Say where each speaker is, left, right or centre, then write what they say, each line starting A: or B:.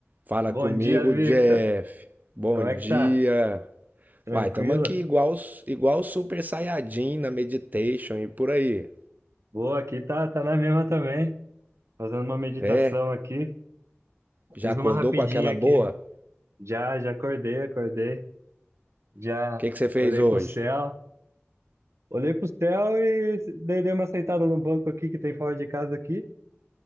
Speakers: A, on the right (about 40°); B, on the right (about 80°).
A: Fala
B: Bom
A: comigo,
B: dia, Victor.
A: Jeff. Bom
B: Como
A: dia.
B: é que tá? Tranquilo?
A: Uai, tamo aqui igual, os- igual os Super Saiyajin na Meditation e por aí.
B: Boa, aqui tá, tá na mesma também. Fazendo uma meditação
A: É?
B: aqui.
A: Já
B: Fiz
A: acordou
B: uma rapidinha
A: com aquela
B: aqui.
A: boa?
B: Já, já acordei, acordei. Já
A: O que que você fez
B: olhei
A: hoje?
B: pro céu. Olhei pro céu e dei, dei uma sentada no banco aqui que tem fora de casa aqui.